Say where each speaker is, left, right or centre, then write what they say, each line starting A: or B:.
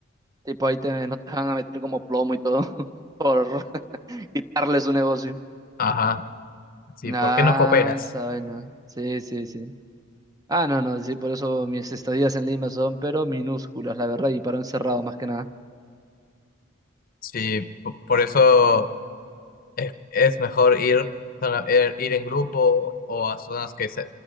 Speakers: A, on the right; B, on the left.
A: tipo ahí te, no te van a meter como plomo y todo <laughs> por <laughs> quitarle su negocio.
B: Ajá, sí,
A: Ah,
B: ¿por qué no cooperas?
A: esa vaina. Sí, sí, sí. Ah, no, no, sí, por eso mis estadías en Lima son, pero minúsculas, la verdad, y para un cerrado más que nada.
B: Sí, po- por eso es, es mejor ir, sola- er- ir en grupo o a zonas que se,